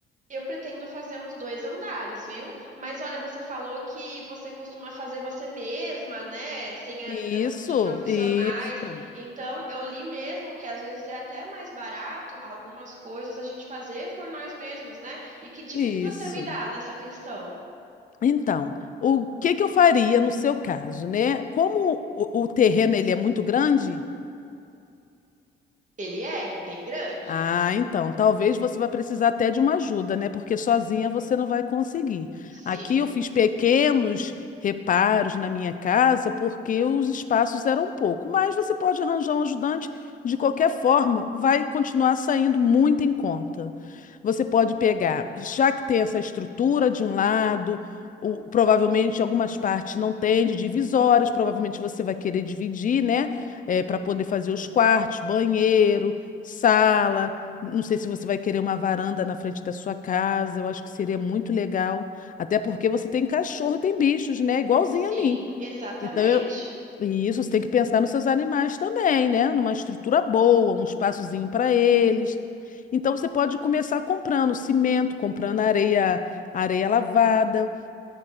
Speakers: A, on the right; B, on the left.
A: Eu pretendo fazer uns dois andares, viu? Mas olha, você falou que você costuma fazer você mesma, né? Sem a
B: Isso,
A: ajuda muito de profissionais.
B: isso,
A: Então, eu li mesmo que às vezes é até mais barato algumas coisas a gente fazer por nós mesmos, né? E que dica
B: isso.
A: que você me dá nessa questão?
B: Então, o que que eu faria no seu caso, né? Como o, o terreno ele é muito grande,
A: Ele é bem grande?
B: Ah, então, talvez você vai precisar até de uma ajuda, né? Porque sozinha você não vai conseguir.
A: Sim,
B: Aqui eu fiz pequenos reparos na minha casa porque os espaços eram pouco, mas você pode arranjar um ajudante de qualquer forma, vai continuar saindo muito em conta. Você pode pegar, já que tem essa estrutura de um lado, o- provavelmente algumas partes não têm de divisórias, provavelmente você vai querer dividir, né? eh, para poder fazer os quartos, banheiros sala. Não sei se você vai querer uma varanda na frente da sua casa. Eu acho que seria muito legal. Até porque você tem cachorro, tem bichos, né? Igualzinho
A: sim,
B: a mim.
A: exatamente.
B: Então, eu... e isso, você tem que pensar nos seus animais também, né? Numa estrutura boa, um espaçozinho para eles. Então, você pode começar comprando cimento, comprando areia, areia lavada